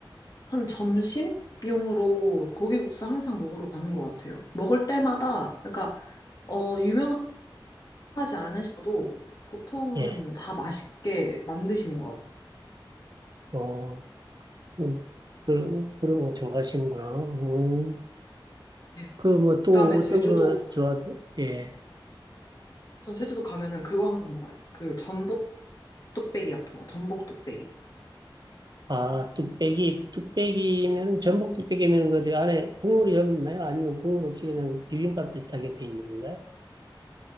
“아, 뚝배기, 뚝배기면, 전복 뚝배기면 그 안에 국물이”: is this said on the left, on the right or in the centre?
Right